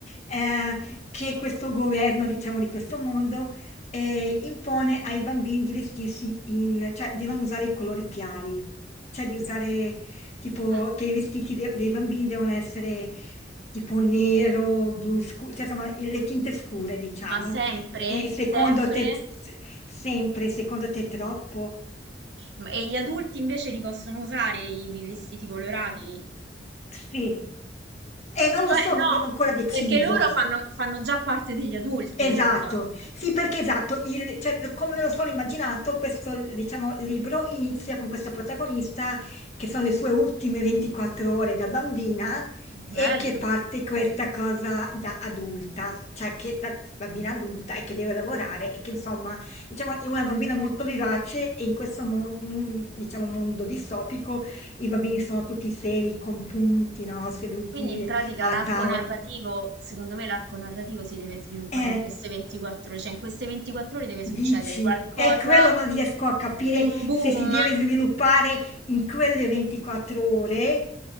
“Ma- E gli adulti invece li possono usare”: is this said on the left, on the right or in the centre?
Right